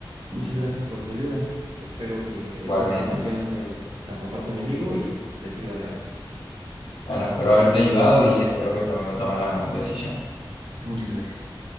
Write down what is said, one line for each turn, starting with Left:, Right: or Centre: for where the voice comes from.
Right: muchas gracias por tu ayuda. Espero que
Left: igualmente.
Right: esta información se la comparta a mi amigo y le sirva de algo.
Left: Bueno, espero haberte ayudado y espero que tu amigo tome la mejor decisión.
Right: Muchas gracias.